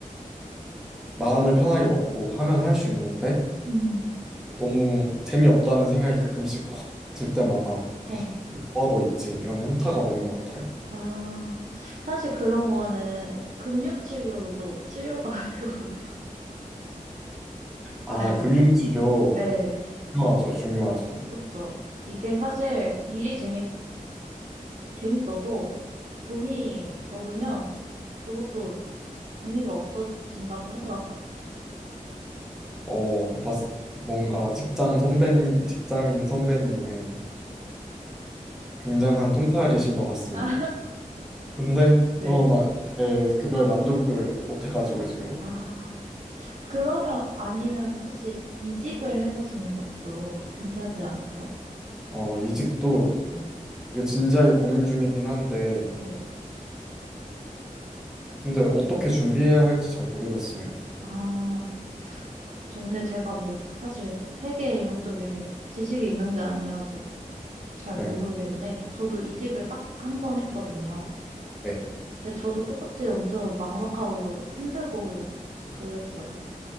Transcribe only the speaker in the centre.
마음을 편하게 먹고 하면 할 수 있는데
너무 재미없다는 생각이 가끔씩 확 들 때마다 아,
뭐 하고 있지? 이런 현타가 오는 것 같아요.
아,
금융치료
중요하죠, 중요하죠.
어, 맞, 뭔가 직장 선배, 직장인 선배님의 굉장한 통찰이신 것 같습니다.
근데
저는 제 급여에 만족을 못 해가지고 지금
어, 이직도
되게 진지하게 고민 중이긴 한데
근데 어떻게 준비해야 할지 잘 모르겠어요.
네,
네.